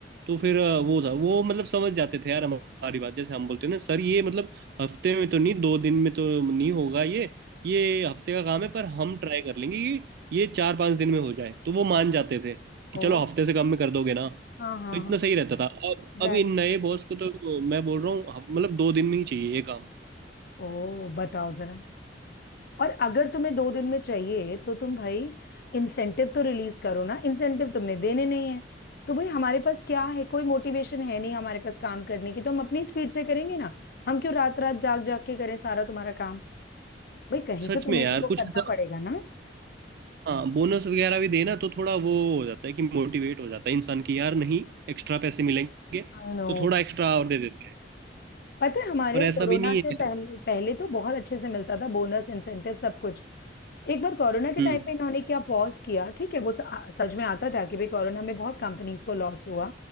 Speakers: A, on the right; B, on the left.
A: तो फिर अ, वो था वो मतलब समझ जाते थे यार हमारी बात जैसे हम बोलते हैं ना सर ये मतलब हफ्ते में तो नहीं दो दिन में तो नहीं होगा ये ये हफ्ते का काम है पर हम ट्राई कर लेंगे कि ये चार पांच दिन में हो जाए तो वो मान जाते थे कि
B: ओ
A: चलो हफ्ते से कम में कर दोगे ना तो
B: हाँ हाँ
A: इतना
B: हाँ
A: सही रहता था अब
B: राइट
A: अब इन नए बॉस को तो मैं बोल रहा हूँ मतलब दो दिन में ही चाहिए ये काम
B: ओ बताओ जरा और अगर तुम्हें दो दिन में चाहिए तो तुम भाई इंसेंटिव तो रिलीज करो ना इंसेंटिव तुमने देने नहीं है तो भाई हमारे पास क्या है कोई मोटिवेशन है नहीं हमारे पास काम करने की तो हम अपनी स्पीड से करेंगे ना हम क्यों रात रात जाग जाग के करें सारा तुम्हारा काम भाई कहीं
A: सच
B: तो तुम्हें
A: में यार
B: भी वो
A: कुछ
B: करना
A: ऐसा
B: पड़ेगा ना
A: हाँ बोनस वगैरह भी देना तो थोड़ा वो हो जाता है कि मोटिवेट हो जाता है इंसान की यार नहीं एक्स्ट्रा पैसे मिलेंगे
B: I know
A: तो थोड़ा एक्स्ट्रा और दे देते हैं
B: पता है हमारे
A: पर
B: यहाँ
A: ऐसा
B: कोरोना
A: भी नहीं
B: से
A: है
B: पहले पहले तो बहुत अच्छे से मिलता था बोनस इंसेंटिव सब कुछ एक बार कोरोना के
A: हम्म
B: टाइम पे इन्होंने क्या पॉज किया ठीक है वो स- आ- सच में आता था कि भाई कोरोना में बहुत कंपनीज को लॉस हुआ